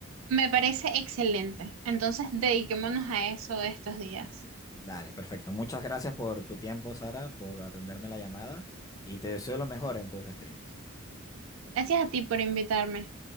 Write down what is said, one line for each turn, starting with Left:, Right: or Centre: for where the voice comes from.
Right: me parece excelente. Entonces, dediquémonos a eso estos días.
Left: Dale, perfecto. Muchas gracias por tu tiempo, Sara, por atenderme la llamada y te deseo lo mejor en tus streams.
Right: Gracias a ti por invitarme.